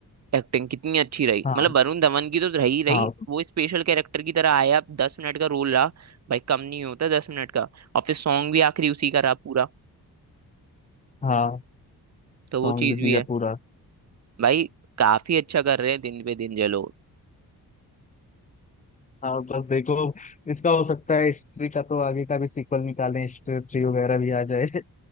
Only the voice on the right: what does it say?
एक्टिंग कितनी अच्छी रही
मतलब वरुण धवन की तो रही रही
वो स्पेशल कैरेक्टर की तरह आया दस मिनट का रोल रहा भाई कम नहीं होता दस मिनट का और फिर सॉन्ग भी आखिरी उसी का रहा पूरा
तो
वो चीज भी
है
भाई काफी अच्छा कर रहे हैं दिन पे दिन ये लोग